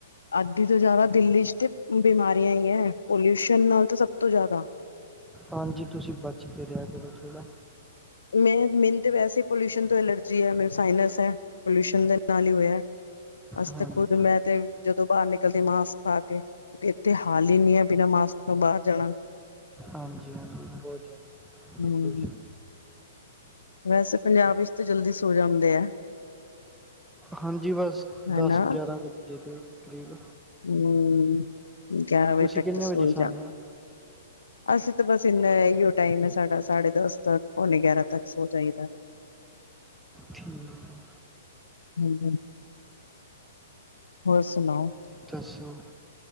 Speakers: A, on the left; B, in the centre.
A: ਅੱਧੀ ਤੋਂ ਜ਼ਿਆਦਾ ਦਿੱਲੀ 'ਚ ਤੇ ਬਿਮਾਰੀਆਂ ਹੀ ਹੈ ਪੋਲਿਊਸ਼ਨ ਨਾਲ ਤਾਂ ਸਭ ਤੋਂ ਜ਼ਿਆਦਾ
B: ਹਾਂਜੀ ਤੁਸੀਂ ਬਚ ਕੇ ਰਿਹਾ ਕਰੋ ਥੋੜ੍ਹਾ।
A: ਮੈਂ ਮੈਨੂੰ ਤਾਂ ਵੈਸੇ ਪੋਲਿਊਸ਼ਨ ਤੋਂ ਐਲਰਜੀ ਹੈ ਮੇ ਸਾਇਨਸ ਹੈ ਪੋਲਿਊਸ਼ਨ ਦੇ ਨਾਲ ਹੀ ਹੋਇਆ। ਅਸੀ
B: ਹਾਂਜੀ
A: ਤੇ ਖੁਦ ਮੈਂ ਤੇ ਜਦੋਂ ਬਾਹਰ ਨਿਕਲਦੀ ਮਾਸਕ ਪਾ ਕੇ ਇੱਥੇ ਹਾਲ ਹੀ ਨੀ ਹੈ ਬਿਨਾਂ ਮਾਸਕ ਤੋਂ ਬਾਹਰ ਜਾਣਾ।
B: ਹਾਂਜੀ- ਹਾਂਜੀ ਬਹੁਤ ਜ਼ਿਆਦਾ
A: ਹਮ ਵੈਸੇ ਪੰਜਾਬ ਵਿੱਚ ਤਾਂ ਜਲਦੀ ਸੋ ਜਾਂਦੇ ਆ।
B: ਹਾਂਜੀ ਬਸ ਦਸ
A: ਹਨਾ
B: ਗਿਆਰਾਂ ਕੁ ਵਜੇ ਦੇ ਕਰੀਬ
A: ਹੂੰ ਗਿਆਰਾਂ ਵਜੇ
B: ਤੁਸੀਂ
A: ਤੱਕ
B: ਕਿੰਨੇ
A: ਤਾਂ
B: ਵਜੇ
A: ਸੋ ਜਾਂਦੇ।
B: ਸੌਂਦੇ ਹੋ
A: ਅਸੀਂ ਤਾਂ ਬਸ ਇੰਨਾ ਇਹੀਓ ਟਾਈਮ ਹੈ ਸਾਡਾ ਸਾਢੇ ਦਸ ਤ ਪੌਣੇ ਗਿਆਰਾਂ ਤੱਕ ਸ ਜਾਈਦਾ।
B: ਠੀਕ ਆ।
A: ਹਾਂਜੀ ਹੋਰ ਸੁਣਾਓ।
B: ਦੱਸੋ।